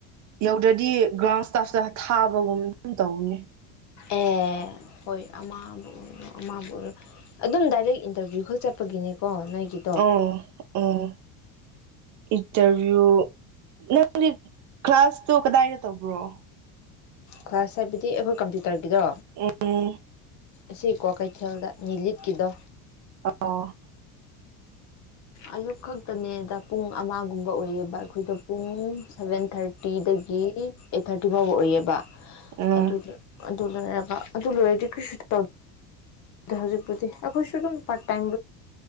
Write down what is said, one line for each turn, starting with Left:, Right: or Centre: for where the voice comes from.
Right: ꯌꯧꯗ꯭ꯔꯗꯤ ꯒ꯭ꯔꯥꯎꯟ ꯏꯁꯇꯥꯐꯇ ꯊꯥꯕꯒꯨꯝꯕ ꯑꯗꯨꯝ ꯇꯧꯅꯦ
Left: ꯑꯦ ꯍꯣꯏ ꯑꯃꯥꯕꯨ ꯑꯣ ꯑꯃꯕꯨ ꯑꯣꯏꯔꯣ ꯑꯗꯨꯝ ꯗꯥꯏꯔꯦꯛ ꯏꯟꯇꯔꯚꯤꯌꯨ ꯈꯛ ꯆꯠꯄꯒꯤꯅꯦꯀꯣ ꯅꯣꯏꯒꯤ
Right: ꯎꯡ ꯎꯡ ꯏꯟꯇꯔꯚ꯭ꯌꯨ ꯅꯪꯗꯤ ꯀ꯭ꯂꯥꯁꯇꯨ ꯀꯗꯥꯏꯗ ꯇꯧꯕ꯭ꯔꯣ
Left: ꯀꯂꯥ꯭ꯁ ꯍꯥꯏꯕꯗꯤ ꯑꯩꯈꯣꯏ ꯀꯝꯄ꯭ꯌꯨꯇꯔꯒꯤꯗꯣ
Right: ꯎꯝ
Left: ꯑꯁꯤ ꯀ꯭ꯋꯥꯛꯀꯩꯊꯦꯜꯗ ꯅꯤꯂꯤꯠꯀꯤꯗꯣ
Right: ꯑꯣ
Left: ꯑꯌꯨꯛ ꯈꯛꯇꯅꯦꯗ ꯄꯨꯡ ꯑꯃꯒꯨꯝꯕ ꯑꯣꯏꯌꯦꯕ ꯑꯩꯈꯣꯏꯗꯣ ꯄꯨꯡ ꯁꯚꯦꯟ ꯊꯥꯔꯇꯤꯗꯒꯤ ꯑꯩꯠ ꯊꯥꯔꯇꯤ ꯐꯥꯎꯕ ꯑꯣꯏꯌꯦꯕ
Right: ꯎꯝ
Left: ꯑꯗꯨꯗ ꯑꯗꯨ ꯂꯣꯏꯔꯒ ꯑꯗꯨ ꯂꯣꯏꯔꯗꯤ ꯀꯩꯁꯨ ꯇꯧ ꯍꯧꯖꯤꯛꯄꯨꯗꯤ ꯑꯩꯈꯣꯏꯁꯨ ꯑꯗꯨꯝ ꯄꯥꯔꯠ ꯇꯥꯏꯝ